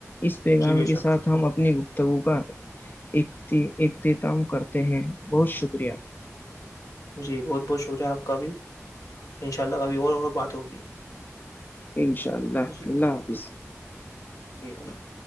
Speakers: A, on the left; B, on the left.
A: اس پیغام
B: جی بے
A: کے
B: شک
A: ساتھ ہم اپنی گفتگو کا اختتام کرتے ہیں بہت شکریہ
B: جی بہت بہت شکریہ آپ کا بھی ان شاء اللہ کبھی اور اور بات ہوگی
A: انشاء اللہ
B: جی
A: اللہ حافظ
B: جی اللہظ-